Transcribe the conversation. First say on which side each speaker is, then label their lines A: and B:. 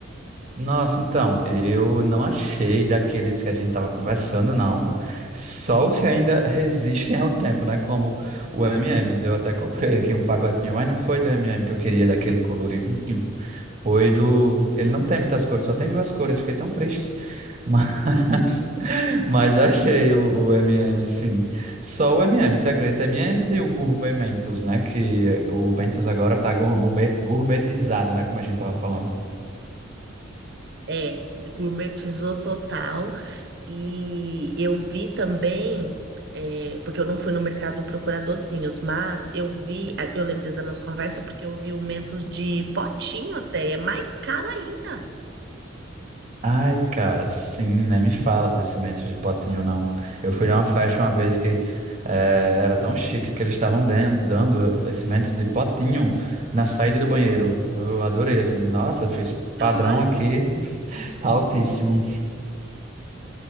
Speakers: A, on the right (about 35°); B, on the right (about 55°).
A: Nossa, então, eu não achei daqueles que a gente estava conversando, não. Só os que ainda <laughs> resistem ao tempo, né? Como o M&M's. Eu até comprei aqui um pacotinho, mas não foi do M&M que eu queria, daquele coloridinho. Foi do. Ele não tem muitas cores, só tem duas cores, fiquei tão triste. Mas,
B: ah
A: <laughs> mas achei o, o M&M, sim. Só o M&M, você acredita? M&M's e M's e o Gourmet Mentos, né? Que o Mentos agora tá gourmet, gourmetizado, né? Como a gente tava falando.
B: É, gourmetizou total. E eu vi também, é, porque eu não fui no mercado procurar docinhos, mas eu vi, ah, eu lembrei da nossa conversa porque eu vi o Mentos de potinho até, é mais caro ainda.
A: Ai, cara, sim, né? Me fala desse Mentos de Potinho, não. Eu fui numa festa uma vez que eh, era tão chique que eles estavam den- dando esse Mentos de Potinho na saída do banheiro. Eu adorei, assim. Nossa, fiz padrão
B: Olha.
A: aqui, <laughs> tá altíssimo.